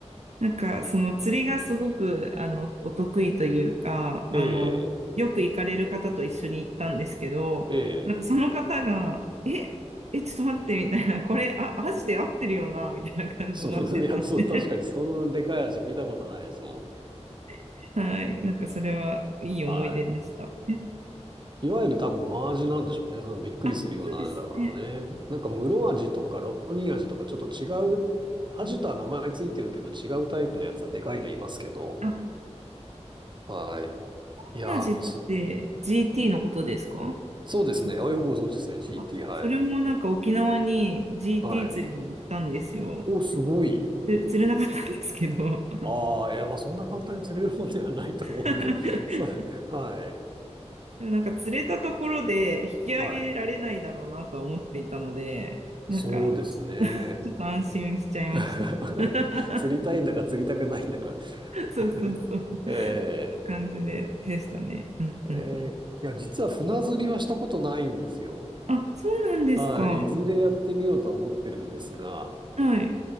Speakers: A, on the right; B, on the right.
A: なんかその釣りがすごくあのお得意というか、あの、
B: ええ、
A: よく行かれる方と一緒に行ったんですけど、
B: ええ。
A: なんかその方が、え、え、ちょっと待ってみたいな、これ、あ、アジで合ってるよな、みたいな感じになってたんで。
B: その、いや、そう、確かにそのでかい足見たことないですもん。
A: <laughs> はい。なんかそれはいい思い出でした。
B: はい。いわゆる多分真味なんでしょうね。そのびっくりするような味だからね。
A: あ、そうですね。
B: なんか室味とかロニー味とかちょっと違う、味とは名前ついてるけど違うタイプのやつはでかいのいますけど。
A: あ、ハ
B: はい。いやー、
A: ーミ味って
B: ミス。
A: GT のことですか
B: そうですね。
A: そ
B: あ、よくご存知ですね。GT、
A: あ、
B: はい。
A: それもなんか沖縄に GT
B: はい。
A: 釣りに行ったんですよ。
B: お、すごい。
A: つ釣れなかったんですけど。
B: ああ、いや、まあそんな簡単に釣れるもんではないと思うんで。
A: <laughs>
B: <laughs> そう、はい。
A: でもなんか釣れたところで引き上げられないだろうなとは思っていたので、
B: はい。
A: なんか
B: そうですね。
A: ちょっと安心しちゃいました。
B: <laughs>
A: <laughs>
B: 釣りたいんだか釣りたくないんだか。
A: そうそうそう。
B: <laughs> ええ
A: 感じで、でしたね。うんうん。
B: ええいや、実は船釣りはしたことないんですよ。
A: あ、そうなんですか。
B: はい。いずれやってみようとは思ってるんですが、
A: はい。